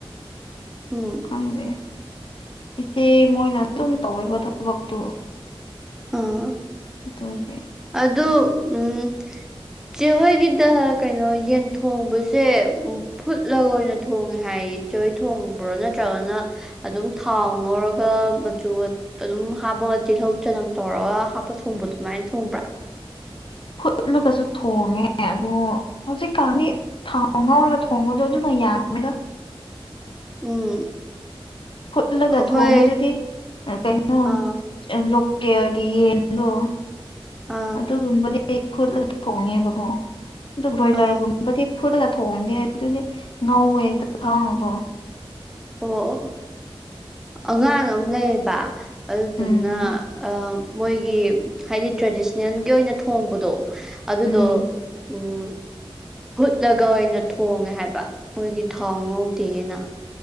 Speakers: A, in the centre; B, on the left (about 60°).
A: ꯎꯝ
B: ꯈꯪꯗꯦ ꯏꯆꯦ ꯃꯣꯏꯅ ꯁꯨꯝ ꯇꯧꯕ ꯊꯕꯛꯇꯨ
A: ꯑꯥ
B: ꯇꯔ
A: ꯑꯗ ꯎꯝ ꯆꯦꯍꯣꯏꯒꯤꯗ ꯀꯩꯅꯣ ꯌꯦꯟ ꯊꯣꯡꯕꯁꯦ ꯎ ꯐꯨꯠꯂꯒ ꯑꯣꯏꯅ ꯊꯣꯡꯉꯦ ꯍꯥꯏꯌꯦꯆꯣꯏ ꯊꯣꯡꯕ꯭ꯔꯣ ꯅꯠꯇ꯭ꯔꯒꯅ ꯑꯗꯨꯝ ꯊꯥꯎ ꯉꯧꯔꯒ ꯃꯆꯨ ꯑꯗꯨꯝ ꯍꯥꯞꯄꯒ ꯇꯤꯜꯍꯧ ꯆꯅꯝ ꯇꯧꯔꯒ ꯍꯥꯞꯄ ꯊꯣꯡꯕꯗꯣ ꯑꯗꯨꯃꯥꯏꯅ ꯊꯣꯡꯕ꯭ꯔꯥ
B: ꯍꯨꯠꯂꯒꯁꯨ ꯊꯣꯡꯉꯦ ꯑꯗꯨꯗ ꯍꯧꯖꯤꯛꯀꯥꯟꯗꯤ ꯊꯥꯎ ꯉꯥꯎꯔꯒ ꯊꯣꯡꯕꯗꯣ ꯑꯗꯨꯃ ꯌꯥꯒꯗ
A: ꯎꯝ
B: ꯐꯨꯠꯂꯒ
A: ꯑꯩꯈꯣꯏ
B: ꯊꯣꯡꯕꯗꯨꯗꯤ ꯀꯩꯅꯣ
A: ꯑ
B: ꯂꯣꯀꯦꯜꯒꯤ ꯌꯦꯟꯗꯣ
A: ꯑ
B: ꯑꯗꯨꯒꯨꯝꯕꯗꯤ ꯐꯨꯠꯂꯒ ꯊꯣꯡꯉꯦꯕꯀꯣ ꯑꯗꯨ ꯕ꯭ꯔꯣꯏꯂꯔꯒꯨꯝꯕꯗꯤ
A: ꯑ
B: ꯐꯨꯠꯂꯒ ꯊꯣꯡꯗꯦ ꯑꯗꯨꯗꯤ ꯅꯧꯋꯦꯦꯛꯇ ꯊꯪꯉꯀꯣ
A: ꯑꯣ ꯑꯉꯥꯡ ꯑꯃ ꯂꯩꯌꯦꯕ ꯑꯗꯨꯗꯨꯅ
B: ꯎꯝ
A: ꯃꯣꯏꯒꯤ ꯍꯥꯏꯗꯤ ꯇ꯭ꯔꯦꯗꯤꯁꯅꯦꯜꯒꯤ ꯑꯣꯏꯅ ꯊꯣꯡꯕꯗꯣ ꯑꯗꯨꯗꯣ
B: ꯎꯝ
A: ꯎꯝ ꯍꯨꯠꯂꯒ ꯑꯣꯏꯅ ꯊꯣꯡꯉꯦ ꯍꯥꯏꯕ ꯃꯣꯏꯒꯤ ꯊꯥꯎ ꯉꯧꯗꯦꯅ